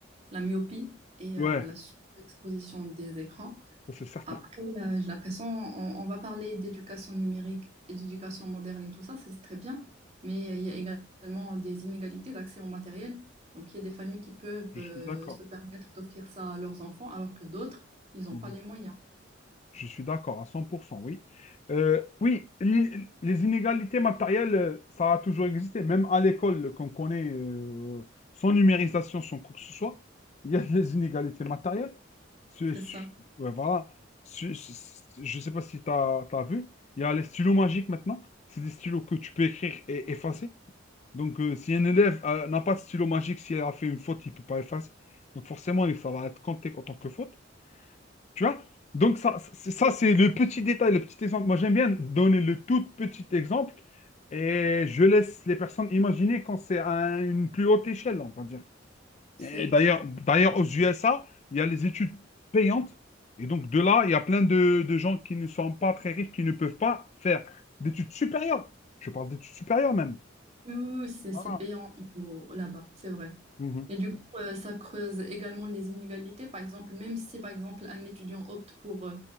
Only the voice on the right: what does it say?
la myopie et
euh, la surexposition des écrans.
Après, là, j'ai l'impression, on, on va parler d'éducation numérique et d'éducation moderne et tout ça, c'est très bien, mais il y a également des inégalités d'accès au matériel. Donc, il y a des familles qui peuvent
euh,
se permettre d'offrir ça à leurs enfants, alors que d'autres, ils n'ont
pas les moyens.
C'est
ça.
C'est
tout-
Oui, oui, oui, c'est c'est
payant au- là-bas, c'est vrai.
Et du coup, euh, ça creuse également les inégalités. Par exemple, même si, par exemple, un étudiant opte pour, euh,